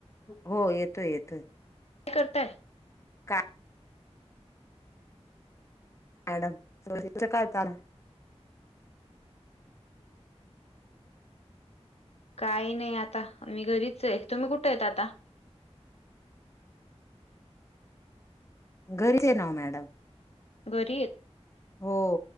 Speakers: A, on the left; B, on the left.
A: हो येतोय येतोय
B: करताय
A: काय मॅड काड
B: काही नाही आता मी घरीच आहे तुम्ही कुठे आहेत आता
A: घरीच ना मॅडम
B: गरीब
A: हो